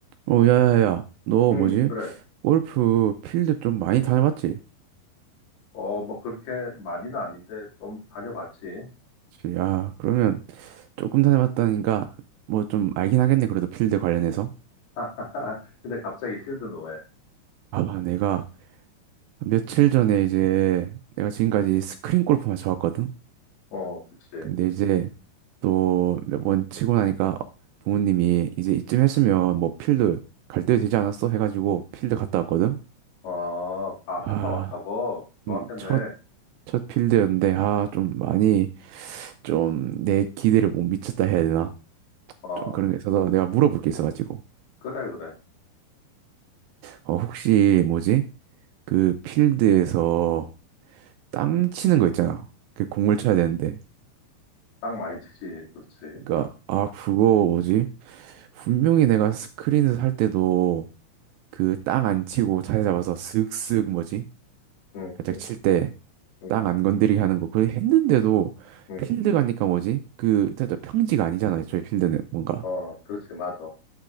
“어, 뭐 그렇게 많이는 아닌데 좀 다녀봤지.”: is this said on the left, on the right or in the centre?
Left